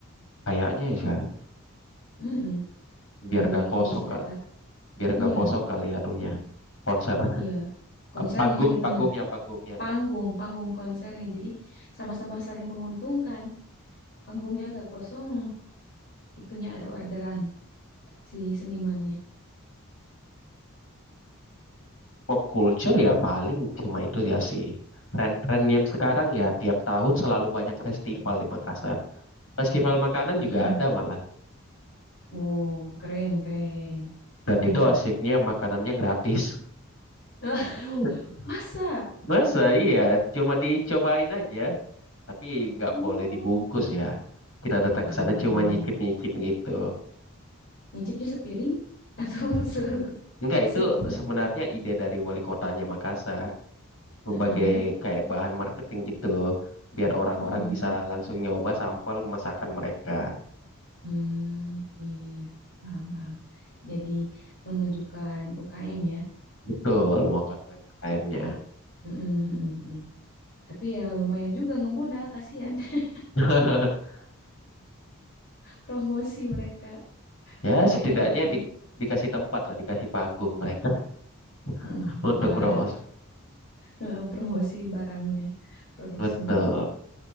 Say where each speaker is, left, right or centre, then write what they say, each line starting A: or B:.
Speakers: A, on the left; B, on the left.
A: Kayaknya ya,
B: Mm-mm.
A: biar
B: Jadi
A: nggak
B: pengisi
A: kosong kali.
B: tetap.
A: Biar nggak
B: Iya,
A: kosong kali ya anunya. Konser.
B: iya. Konsernya
A: Ah, Panggung,
B: iya
A: panggungnya,
B: bener.
A: panggungnya,
B: Panggung,
A: Deng.
B: panggung konsernya. Jadi sama-sama saling menguntungkan. Panggungnya nggak kosong, itunya ada orderan si senimannya.
A: <laughs> Pop culture ya paling cuma itu ya sih. Tren-tren yang sekarang ya tiap tahun selalu banyak festival di Makassar. Festival makanan
B: Hmm.
A: juga ada malah.
B: Wow, keren, keren.
A: Dan
B: Nantilah.
A: itu asiknya makanannya gratis.
B: <laughs>
A: <laughs>
B: Masa?
A: Masa iya, cuma dicobain aja. Tapi nggak
B: Oh.
A: boleh dibungkus ya. Kita datang
B: Oh.
A: ke sana cuma nyicip-nyicip gitu.
B: Nyicipnya sepiring atau <laughs> se
A: Enggak,
B: segiwan?
A: itu sebenarnya ide dari wali kotanya Makassar. Sebagai
B: Heeh.
A: kayak bahan marketing gitu. Biar orang-orang
B: Heeh.
A: bisa langsung nyoba sampel masakan mereka.
B: Hmm, iya, iya, iya. paham, paham. Jadi memajukan UKM ya.
A: Betul, melakukan UMKM-nya.
B: Mm-mm, mm-mm, mm. Tapi ya lumayan juga ngemodal, kasihan. <laughs>
A: <laughs>
B: Promosi mereka
A: Ya,
B: lumayan
A: setidaknya
B: tapi
A: di- dikasih tempat lah, dikasih panggung mereka
B: mm,
A: <laughs> untuk
B: buat
A: roast.
B: eh, promosi barangnya, produksinya.
A: Betul.